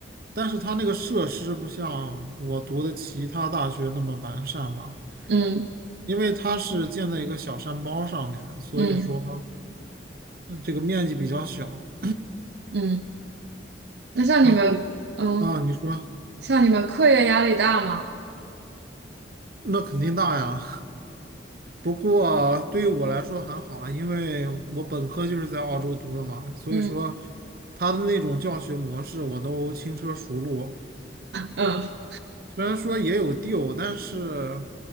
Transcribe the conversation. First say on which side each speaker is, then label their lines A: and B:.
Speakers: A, on the right; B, on the right.
A: 但是它那个设施不像我读的其他大学那么完善吧，
B: 嗯
A: 因为它是建在一个小山包上面，所以说
B: 嗯
A: 嗯这个面积比较小。
B: 嗯，那像你们，
A: 然后
B: 嗯，
A: 啊，你说
B: 像你们课业压力大吗？
A: 那肯定大呀，不过对于我来说还好啊，因为我本科就是在澳洲读的嘛，所以说。
B: 嗯
A: 他的那种教学模式我都轻车熟路。
B: 嗯
A: 虽然说也有 deal，但是